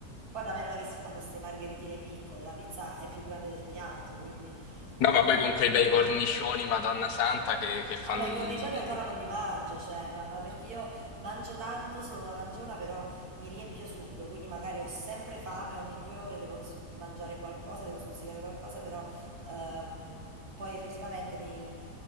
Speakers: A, on the right (about 65°); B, on the left (about 75°).
A: Poi da me non è che si fanno queste margheritine piccole, la pizza è più grande del piatto, quindi... eh,
B: No, ma poi con quei bei cornicioni, Madonna Santa, che, che fanno...
A: No, ma i cornicioni ancora non li mangio, cioè, ma, ma perché io mangio tanto, sono una mangiona, però mi riempio subito, quindi magari ho sempre fame, ogni due ore devo s- mangiare qualcosa, devo stuzzicare qualcosa, però ehm, poi effettivamente nei-